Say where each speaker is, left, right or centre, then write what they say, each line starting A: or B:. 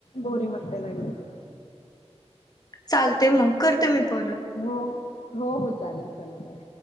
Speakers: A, on the left; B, on the left.
A: बोरीग वाटा लागलं.
B: चालते मग करते मी परत
A: हो हो हो चालेल चला बाय.